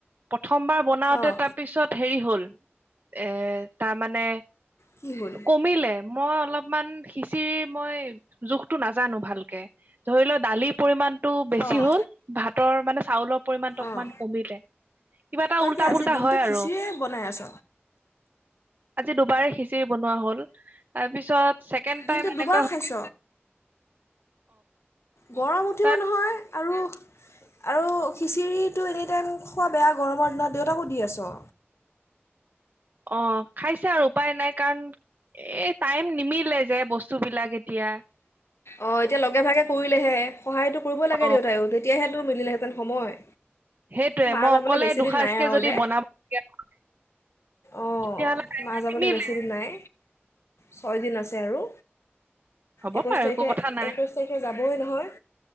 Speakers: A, on the right; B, on the left.
A: প্ৰথমবাৰ বনাওঁতে
B: অঁ
A: তাৰপিছত হেৰি হল এ তাৰ মানে
B: কি হ'ল
A: কমিলে মই অলপমান খিচিৰি মই জোখতটো নাজানো ভালকে ধৰি লও দালিৰ পৰিমানটো বেছি
B: অঁ
A: হ'ল ভাতৰ মানে চাউলৰ পৰিমানটো অকমান
B: অঁ
A: কমিলে কিবা এটা
B: তই
A: উল্টা
B: কি আজি
A: পুল্টা
B: দিনটো
A: হয় আৰু।
B: খিচিৰিয়ে বনাই আছ
A: আজি দুবাৰে খিচিৰি বনোৱা হ'ল তাৰপিছত ছেকেণ্ড
B: দিনটো
A: টাইম এনেকুৱা
B: দুবাৰ
A: হ
B: খাইছ গৰম উঠিব
A: তাৰ
B: নহয় আৰু আৰু খিচিৰিটো এনি টাইম খোৱা বেয়া গৰমৰ দিনত দেউতাকো দি আছো
A: অ খাইছে আৰু উপায় নাই কাৰণ এই টাইম নিমিলে যে বস্তু বস্তু বিলাক এতিয়া
B: অ এতিয়া লগে ভাগে কৰিলেহে সহায়টো কৰিব লাগে
A: অ
B: দেউতায়ো তেতিয়াহে টো মিলেহেঁতেন সময়
A: সেইটোয়ে
B: মা
A: মই
B: যাবলৈ
A: অকলে
B: বেছিদিন
A: দুসাঁজকে
B: নাই আৰু
A: যদি
B: দে
A: বনাব লগীয়া হয়
B: অঁ
A: তেতিয়াাহলে
B: মা যাবলৈ
A: নিমিলে
B: বেছিদিন নাই ছয়দিন আছে আৰু
A: হ'ব
B: একৈশ
A: পাৰে
B: তাৰিখে,
A: একো কথা নাই
B: একৈশ তাৰিখে যাবই নহয়।